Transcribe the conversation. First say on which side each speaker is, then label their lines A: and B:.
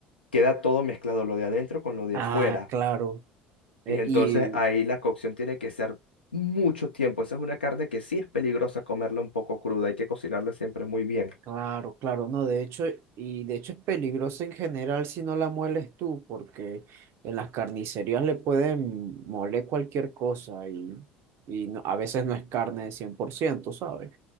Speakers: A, on the left; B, on the right.
A: queda todo mezclado, lo de adentro con lo de
B: Ah,
A: afuera.
B: claro. Eh,
A: Y entonces
B: y
A: ahí la cocción tiene que ser mucho tiempo. Esa es una carne que sí es peligrosa comerla un poco cruda, hay que cocinarla siempre muy bien.
B: Claro, claro, no, de hecho, y de hecho es peligroso en general si no la mueles tú, porque en las carnicerías le pueden moler cualquier cosa y, y no- a veces no es carne de 100%, ¿sabes?